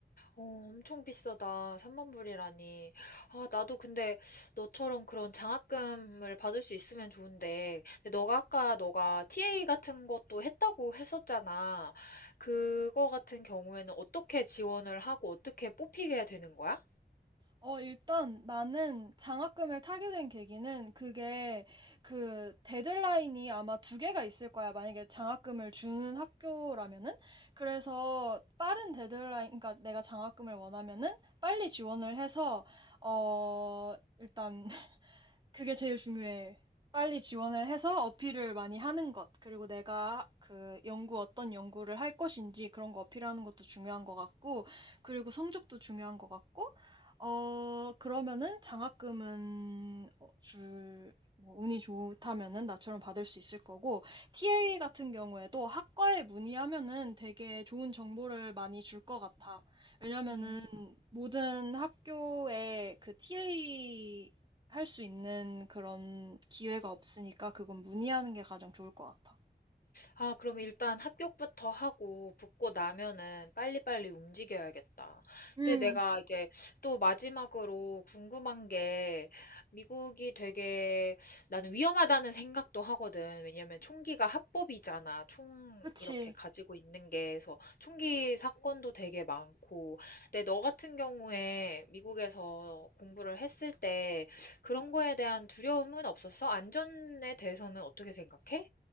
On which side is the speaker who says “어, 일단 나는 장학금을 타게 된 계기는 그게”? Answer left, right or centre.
Right